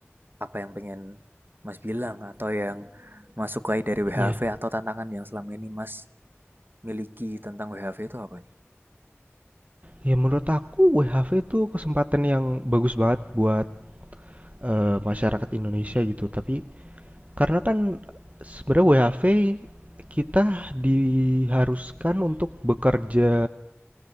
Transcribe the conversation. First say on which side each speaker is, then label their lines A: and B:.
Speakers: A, on the right; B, on the right.
A: apa yang pengen Mas bilang atau yang Mas sukai dari WHV
B: Iya. Yeah.
A: atau tantangan yang selama ini Mas miliki tentang WHV itu apa nih?
B: Ya menurut aku WHV itu kesempatan yang bagus banget buat eh, masyarakat Indonesia gitu. Tapi karena kan sebenarnya WHV kita diharuskan untuk bekerja